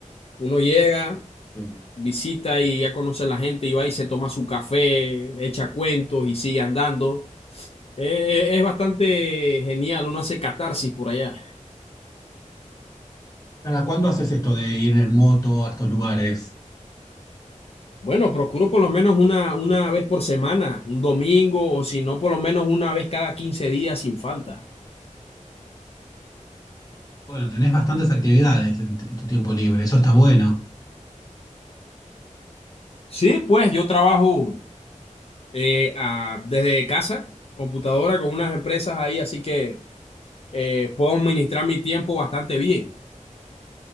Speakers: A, on the left (about 50°); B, on the left (about 25°).
A: Uno llega,
B: sí.
A: visita y ya conoce a la gente y va y se toma su café, echa cuentos y sigue andando. Eh, eh, es bastante genial, uno hace catarsis por allá.
B: ¿Cada cuándo haces esto de ir en moto a estos lugares?
A: Bueno, procuro por lo menos una, una vez por semana, un domingo o si no, por lo menos una vez cada 15 días sin falta.
B: Bueno, tenés bastantes actividades en, tu en tu tiempo libre, eso está bueno.
A: Sí, pues yo trabajo eh, a- desde casa, computadora con unas empresas ahí, así que... eh, puedo administrar mi tiempo bastante bien.